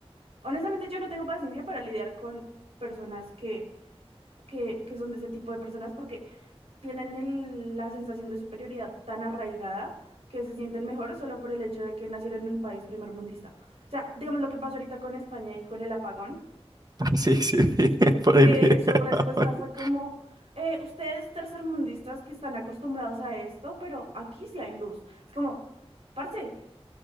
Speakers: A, on the right; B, on the right.
A: Honestamente, yo no tengo paciencia para lidiar con personas que, que, que son de ese tipo de personas porque tienen el- la sensación de superioridad tan arraigada que se sienten mejor solo por el hecho de que nacieron en un país primermundista. O sea, digamos lo que pasó ahorita con España y con el apagón,
B: <laughs> Sí, sí, <laughs> por
A: que
B: ahí vi.
A: su respuesta
B: <laughs>
A: fue como, eh, ustedes tercermundistas que están acostumbrados a esto, pero aquí sí hay luz. Es como, parce,